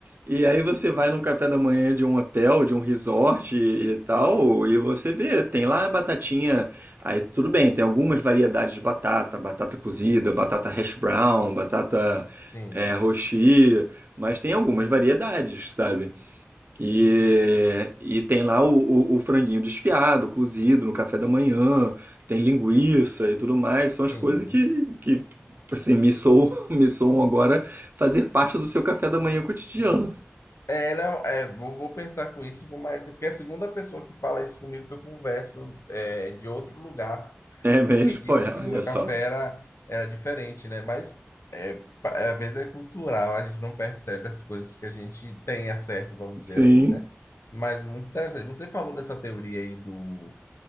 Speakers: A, on the right; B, on the left.
A: E aí você vai num café da manhã de um hotel, de um resort e, e tal, e você vê, tem lá a batatinha. Aí tudo bem, tem algumas variedades de batata, batata cozida, batata hash brown, batata
B: Sim,
A: é, rochi, mas tem algumas variedades, sabe? E, e tem lá o, o- o franguinho desfiado, cozido no café da manhã, tem linguiça e tudo mais. São as
B: sim.
A: coisas que, que assim, me soam, <laughs> me soam agora fazer parte do seu café da manhã cotidiano.
B: É, não, é, vou, vou pensar com isso, com mais, porque é a segunda pessoa que fala isso comigo que eu converso é, de outro lugar
A: É mesmo?
B: e me disse
A: Pô, é,
B: que
A: olha
B: o meu café
A: só.
B: era, era diferente, né? Mas é, pa- é, às vezes é cultural, a gente não percebe as coisas que a gente tem acesso, vamos
A: Sim.
B: dizer assim, né? Mas muito interessante. Você falou dessa teoria aí do,